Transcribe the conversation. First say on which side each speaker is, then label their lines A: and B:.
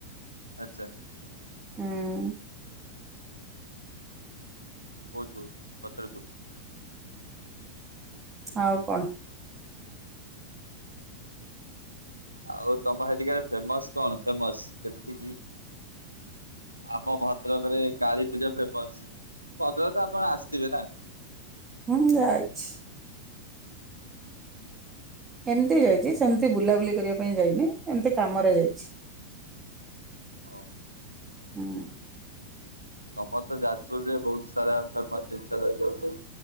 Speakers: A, on the right; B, on the right.
A: ଆଚ୍ଛା
B: ହୁଁ।
A: ବହୁତ୍ ବହୁତ୍ ପଥରକୁ
B: ଆଉ କଣ?
A: ଆଉ ତମ ହେଟିକାର ଫେମସ୍ କଣ ଫେମସ୍ ଯେମିତିକି ଆମ ଭଦ୍ରକରେ କାଳୀପୂଜା ଫେମସ୍ ଭଦ୍ରକତ ଆପଣ ଆସିଥିବେ ନା।
B: ହୁଁ ଯାଇଚି। ଏମିତି ଯାଇଚି ସେମିତି ବୁଲାବୁଲି କରିବା ପାଇଁ ଯାଇନି ଏମିତି କାମରେ ଯାଇଚି।
A: ଓ।
B: ହୁଁ।
A: ତମରତ ଯାଜପୁରରେ ବହୁତ୍ ସାରା ଫେମସ୍ <unintelligible> ରହିଛି।